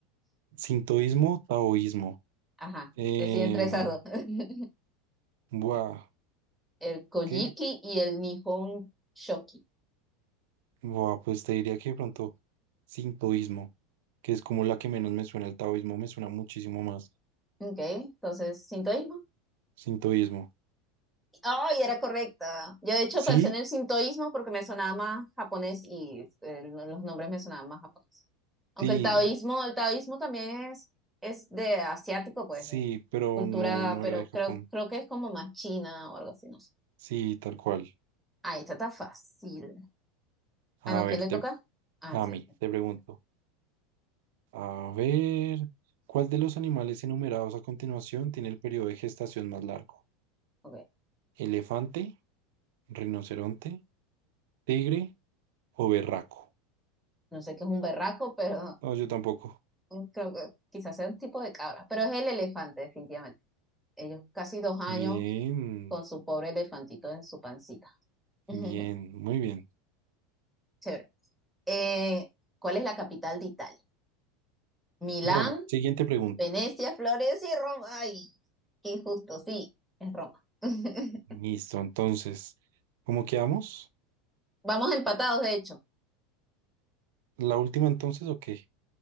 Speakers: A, on the right; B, in the centre.
A: Sintoísmo, taoísmo.
B: Ajá,
A: Em,
B: decidí entre esas dos. <laughs>
A: buah,
B: El Kojiki
A: ¿qué?
B: y el Nihon Shoki.
A: Buah, pues te diría que de pronto sintoísmo, que es como la que menos me suena. El taoísmo me suena muchísimo más.
B: Ok, entonces, sintoísmo.
A: Sintoísmo.
B: Ay, era correcta. Yo de hecho
A: ¿Sí?
B: pensé en el sintoísmo porque me sonaba más japonés y eh, no- los nombres me sonaban más japonés. Aunque
A: Sí,
B: el taoísmo, el taoísmo también es, es de asiático, pues,
A: sí, pero
B: cultura,
A: no, no
B: pero
A: era de Japón.
B: creo, creo que es como más china o algo así, no sé.
A: Sí, tal cual.
B: Ah, esta está fácil.
A: A
B: Ah, no,
A: ver,
B: ¿quién le
A: te,
B: toca? Ah,
A: a
B: sí,
A: mí, te pregunto. A ver, ¿cuál de los animales enumerados a continuación tiene el periodo de gestación más largo?
B: ok.
A: ¿Elefante, rinoceronte, tigre o berraco?
B: No sé qué es un berraco, pero
A: No, yo tampoco.
B: <laughs> creo que quizás sea un tipo de cabra. Pero es el elefante, definitivamente. Ellos casi dos años
A: Bien,
B: con su pobre elefantito en su pancita.
A: bien,
B: <laughs>
A: muy bien.
B: Chévere. Eh, ¿cuál es la capital de Italia? Milán,
A: Roma, siguiente pregunta.
B: Venecia, Florencia y Roma. Ay, qué injusto. Sí, es Roma. <laughs>
A: Listo, entonces, ¿cómo quedamos?
B: Vamos empatados, de hecho,
A: ¿La última entonces o qué?